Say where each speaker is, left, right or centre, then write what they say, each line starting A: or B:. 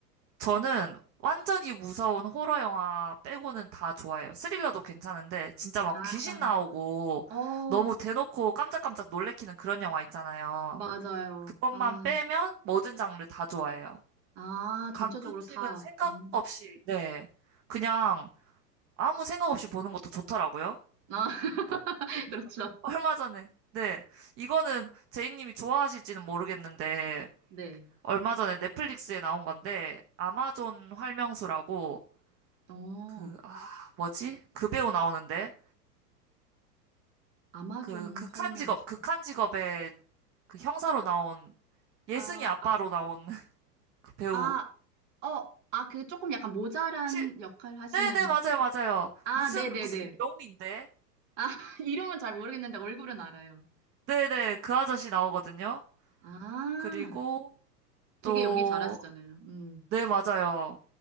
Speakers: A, on the right (about 25°); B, on the right (about 40°).
A: 저는 완전히 무서운 호러 영화 빼고는 다 좋아해요. 스릴러도 괜찮은데 진짜 막
B: 아,
A: 귀신 나오고
B: 어,
A: 너무 대놓고 깜짝깜짝 놀래키는 그런 영화 있잖아요.
B: 맞아요.
A: 그것만
B: 아,
A: 빼면 모든 장르 다 좋아해요.
B: 아,
A: 가끔씩은
B: 전체적으로 다.
A: 생각
B: 음.
A: 없이, 네. 그냥 아무 생각 없이 보는 것도 좋더라고요.
B: 아, <laughs>
A: 또,
B: 그렇죠.
A: 얼마 전에, 네. 이거는 제이님이 좋아하실지는 모르겠는데,
B: 네.
A: 얼마 전에 넷플릭스에 나온 건데, 아마존 활명수라고,
B: 어,
A: 그, 아, 뭐지? 그 배우 나오는데,
B: 아마존
A: 그, 극한
B: 활명수.
A: 직업, 극한 직업의 그 형사로
B: 아,
A: 나온, 예승이
B: 아,
A: 아빠로 나온 <laughs> 그 배우,
B: 아, 아, 어, 아, 그 조금 약간 모자란
A: 실,
B: 역할 하시는.
A: 네네, 맞아요, 맞아요.
B: 아,
A: 무슨,
B: 네네네.
A: 무슨 명인데?
B: 아, <laughs> 이름은 잘 모르겠는데 얼굴은 알아요.
A: 네네, 그 아저씨 나오거든요.
B: 아,
A: 그리고
B: 되게
A: 또,
B: 연기 잘하시잖아요. 음.
A: 네, 맞아요.